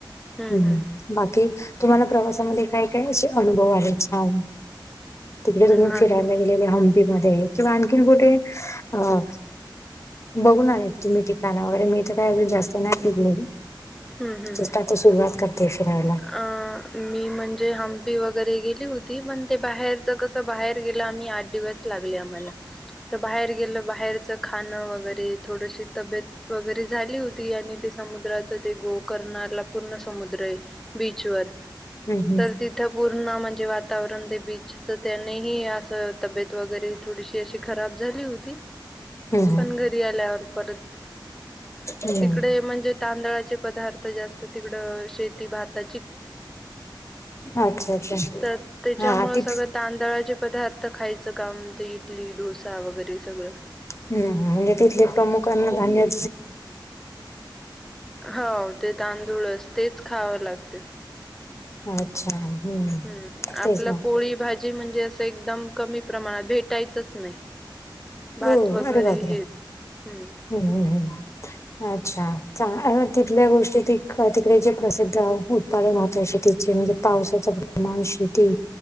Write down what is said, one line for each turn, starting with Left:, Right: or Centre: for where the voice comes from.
Centre: हं,
Left: हम्.
Centre: हं.
Left: बाकी तुम्हाला प्रवासामध्ये काय काय असे अनुभव आले छान. तिकडे तुम्ही
Centre: नाही.
Left: फिरायला गेलेले हंपीमध्येध्ये किंवा आणखीन कुठे अ. बघून आलेत तुम्ही ठिकाणा वगैरे मी तर काय अ जास्त नाहीलेली.
Centre: हं, हं.
Left: चचेष्टा तर सुरुवात करते फि रायला.
Centre: अ, मी म्हणजे हंपी वगैरे गेली होती पण ते बाहेरच कसं बाहेर गेलं आम्ही आठ दिवस. लागले आम्हाला.
Left: <inaudible>
Centre: तर बाहेर गेलं बाहेरचं खाणं वगैरे थोडशी तब्येत. वगैरे झाली होती आणि ते समुद्राच ते गो करणारला पूर्ण समुद्र आहे. बिचवर.
Left: हम्म
Centre: तर तिथं पूर्ण म्हणजे वातावरण ते बीचच त्याने ह असं. तब्येत वगैरे. थोडीशी अशी खराब झाली होती
Left: हम्म
Centre: पण घरी आल्यावर परत.
Left: हम्म
Centre: तिकडे म्हणजे तांदळाचे पदार्थ जास्त तिकड शेती. जाते
Left: अच्छा अच्छा
Centre: त्याच्या
Left: हा तिथ
Centre: सळ. तांदळाचे पदार्थ खायचं का म्हणत इडली डोसा वगैरे सगळं.
Left: ह म्हणजे तिथले प्रमुखांना धान्यां.
Centre: हो ते तांदूळच तेच खावं लागते.
Left: अच्छा हम्म.
Centre: हम्म आपला
Left: तेच ना
Centre: पोळी भाजी म्हणजे असं एकदम कमी प्रमाणात भेटायचंच नाही. भात
Left: हो
Centre: वगैरे
Left: अरे बापरे
Centre: हेच हम्म.
Left: हम्म हम् हम. अच्छा चां तिथल्या गोष्टी त तिकडे जे प्रसिद्ध. महत्वा शेतीचे म्हणजे पावसाचं प्रमाण शेती